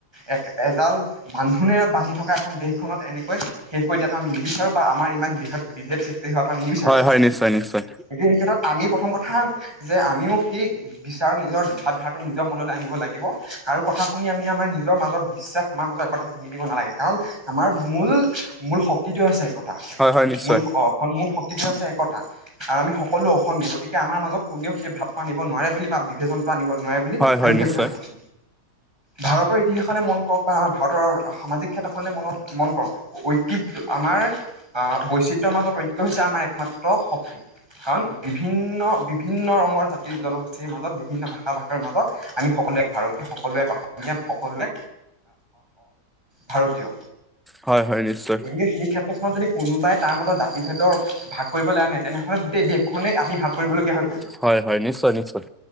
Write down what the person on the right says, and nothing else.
এ এজাল বান্ধোনেৰে বান্ধি থকা এখন দেশখনত এনেকৈ শেষ কৰি দিয়াটো আমি নিবিচাৰো বা আমাৰ ইমান বিভেদ বিভেদ সৃষ্টি হোৱাটো আমি নিবিচাৰো
গতিয়া সেই ক্ষেত্ৰত আমি প্ৰথম কথা যে আমিও সেই নিজৰ ভাৱ ধাৰাটো নিজৰ মনলৈ আনিব লাগিব কাৰো কথা শুনি আমি আমাৰ নিজৰ মাজত বিশ্বাস আমাৰাজত কথাটো ভাঙি দিব নাগে কাৰণ আমাৰ মূল মূল শক্তিটো আছে একটা
মূল শক্তি হৈছে একতা আৰু আমি সকলো অসমীয়া গতিকে আমাৰ মাজত কোনেও সেই ভাৱটো আনিব নোৱাৰে বুলি ভাবি কেইজন টানিব নোৱাৰে বুলি
আমি সেই
কথাটো কৈছো ভাৰতৰ ইতিহাসখনে মন কৰক বা আমাৰ ভাৰতৰ সামাজিক ক্ষেত্ৰ খনে মনত মন কৰক ঐতিহ্ আমাৰ আহ বৈচিত্ৰৰ মাজত ঐক্য হৈছে আমাৰ একমাত্ৰ শক্তি কাৰণ বিভিন্ন বিভিন্ন ৰঙৰ জাতি জনগোষ্ঠীৰ মাজত। বিভিন্ন ভাষা ভাষাৰ মাজত আমি সকলোৱে এক ভাৰতীয় সকলোৱে এক অসমীয়া সকলোৱে ভাৰতীয়।
গতিকে সেই ক্ষেত্ৰখনত যদি। কোনোবাই তাৰ মাজত জাতিভেদৰ ভাগ কৰিবলে আনে, তেনেহ'লে গোটেই দেশখনে আমি ভাগ কৰিবলগীয়া হয়।